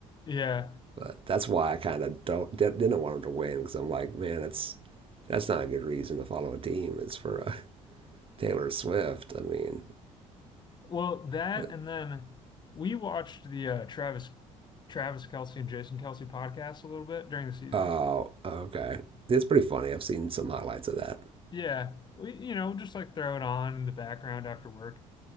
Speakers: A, on the left; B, on the right.
A: Yeah.
B: but that's why I kind of don't didn't want him to win because I'm like, man, that's that's not a good reason to follow a team. It's for uh, <laughs> Taylor Swift. I mean,
A: Well, that
B: but
A: and then we watched the uh, Travis Travis Kelsey and Jason Kelsey podcast a little bit during the season.
B: oh, okay, it's pretty funny. I've seen some highlights of that.
A: Yeah, we you know just like throw it on in the background after work.